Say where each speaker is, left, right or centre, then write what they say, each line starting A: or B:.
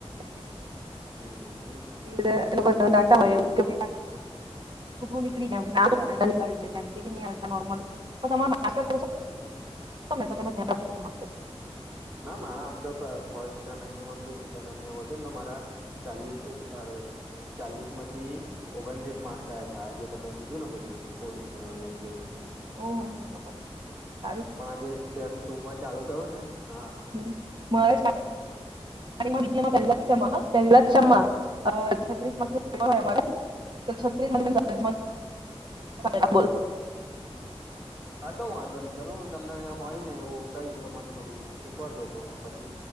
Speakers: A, on the right; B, on the right.
A: <inaudible>
B: હમ હમ
A: એડ એ લોકો ઘ્યાન રાખતા હોય એવુ કે છોકરું નીકળી જાય કરી દે એમ કેટી નઈ આલતા નોર્મલી પણ તમાર
B: હમ
A: તો તમે મા <inaudible>
B: ના મારા આમ તો ફ ફસ્ટ સેમિસ્ટરમાં પેલું ઈન્ટરનલને એવ હતું ને તો મારા ચાલીસએજ અરે ચાલીસ માંથી ઓગણત્રીસ માર્ક્સ આયા હતા જે તમે કીધું ને બધું એમાં કોડિંગને એ લેંગ્વેજિસ
A: ઓહ હ હો
B: પણ આજે સેમ ટુમાં ચાલુ થયું ને હા
A: ને મારે સ્ટાર્ટ સ્ટાર્ટિંગમાં બીસીએમાં પહેલા જ સેમમાં હ પહેલા જ સેમમાં અ છત્રીસ માર્કસનું પેપર હોય એમાંથી તો છત્રીસ મારા છત્રીસ આવેલા બોલ
B: હમ હા તો વાંધો નઈ ચલો હું તમને હોય ને એવું કહીશ તો મન થોડું શીખવાડજો તો હું પછી